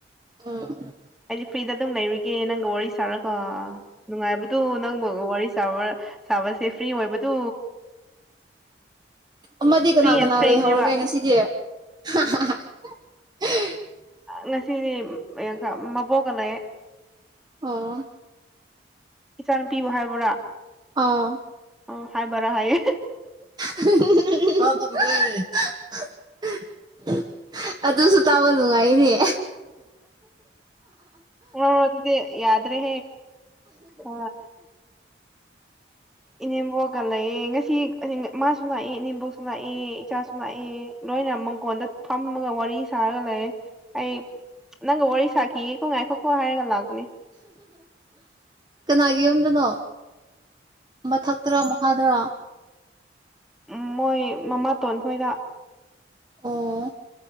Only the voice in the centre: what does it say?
ꯐ꯭ꯔꯤꯗ ꯑꯗꯨꯝ ꯂꯩꯔꯤꯒꯦ ꯅꯪꯒ ꯋꯥꯔꯤ ꯁꯥꯔꯒ꯫ ꯑ ꯅꯨꯡꯉꯥꯏꯕꯗꯨꯣ ꯅꯪꯕꯒ ꯋꯥꯔꯤ꯫ ꯆꯕ ꯆꯕꯔꯁꯦ ꯐ꯭ꯔꯤ ꯑꯣꯏꯕꯗꯨ
ꯐ꯭ꯔꯤ ꯑꯦꯟ
ꯐ꯭ꯔꯦꯡꯅꯦꯕ
ꯉꯁꯤꯗꯤ ꯃꯕꯣꯛꯒꯂꯦ꯫
ꯏꯆꯥꯅꯄꯤꯌꯨ ꯍꯥꯏꯕ꯭ꯔꯥ꯫
ꯑꯣ ꯍꯥꯏꯕꯔꯥ ꯍꯥꯏꯌꯦ꯫
ꯑꯣꯗꯤ ꯌꯥꯗ꯫ ꯔꯦ꯫ ꯑ꯫ ꯏꯅꯦꯝꯕꯣꯛꯀ ꯂꯩꯌꯦꯦ ꯉꯁꯤ ꯃꯥꯁꯨ ꯂꯥꯛꯏ ꯏꯅꯦꯦꯝꯕꯣꯛꯁꯨ ꯂꯥꯛꯏꯦ꯫ ꯆꯃ ꯂꯣꯏꯅ꯫ ꯃꯪꯈꯣꯟꯗ ꯐꯝꯃꯒ ꯋꯥꯔꯤ ꯁꯥꯔꯒ ꯂꯩ ꯑꯩ ꯅꯪꯒ ꯋꯥꯔꯤ ꯁꯥꯈꯤꯒꯦꯀꯣ ꯉꯥꯏꯈꯣꯠꯀꯣ ꯍꯥꯏꯔꯒ ꯂꯥꯛꯄ
ꯎ ꯃꯣꯏ ꯃꯃꯥꯇꯣꯟ ꯈꯣꯏꯗ